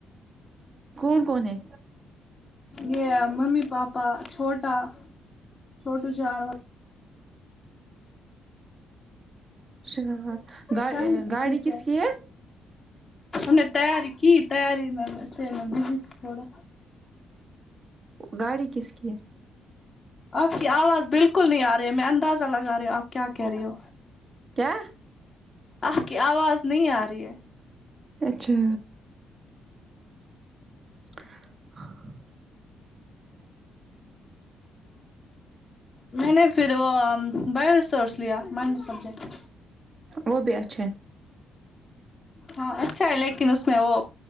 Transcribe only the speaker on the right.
کون کون ہے
اچھا گ
گاڑی کس کی ہے
گاڑی کس کی ہے
کیا
اچھا <inaudible>
وہ بھی اچھے